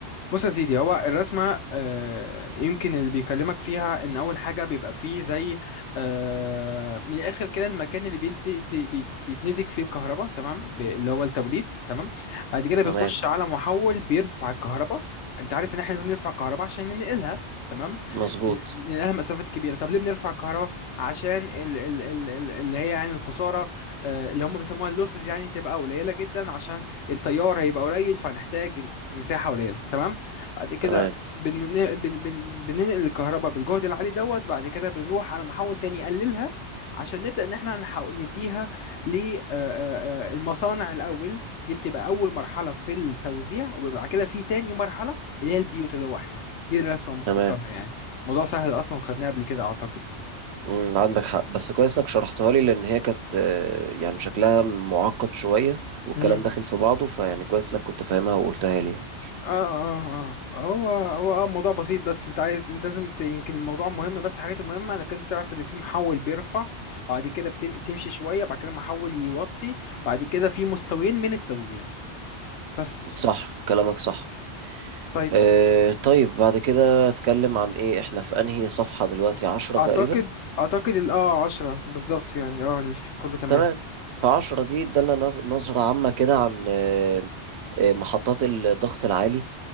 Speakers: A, on the left; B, on the right.
A: بص يا سيدي هو الرسمة آه، يمكن اللي بيكلمك فيها إن أول حاجة بيبقى فيه زي آه، من الآخر كده المكان اللي بينت- ت- بي- بيتنتج فيه الكهرباء تمام ب- اللي هو التوليد تمام بعد كده بيخش
B: تمام
A: على محول بيرفع الكهرباء أنت عارف إن إحنا لازم نرفع الكهرباء عشان ننقلها تمام
B: مظبوط
A: لانها مسافات كبيره طب ليه بنرفع الكهرباء عشان ال ال ال ال اللي هي يعني الخساره آه، اللي هم بيسموها اللوسز يعني تبقى قليله جدا عشان التيار هيبقى قليل فهنحتاج مساحه قليله تمام بعد كده
B: تمام
A: بن- بن- بن- بننقل الكهرباء بالجهد العالي دوت بعد كده بنروح على محول تاني يقللها عشان نبدا ان احنا نحاول نديها للمصانع الاول دي بتبقى اول مرحله في التوزيع وبيبقى بعد كده في تاني مرحله اللي هي البيوت اللي هو احنا دي الرسمه مختصرها
B: تمام
A: يعني موضوع سهل اصلا وخدناه قبل كده اعتقد
B: مم، عندك حق بس كويس انك شرحتها لي لان هي كانت آه، يعني شكلها معقد شوية والكلام
A: امم
B: داخل في بعضه فيعني كويس انك كنت فاهمها وقلتها لي يعني
A: اه اه اه هو هو اه موضوع بسيط بس انت عايز انت لازم ت- يمكن الموضوع مهم بس الحاجات المهمه انك انت تعرف ان في محول بيرفع بعد كده بتن... تمشي شويه بعد كده محول يوطي بعد كده في مستويين من التوزيع بس
B: صح كلامك صح
A: طيب
B: آه، طيب بعد كده اتكلم عن ايه احنا في انهي صفحة دلوقتي عشرة
A: اعتقد
B: تقريبا
A: اعتقد ال اه 10 بالظبط يعني اه الف- كله تمام
B: تمام فعشرة دي ادالنا نظ- نظرة عامة كده عن آه، آه، محطات الضغط العالي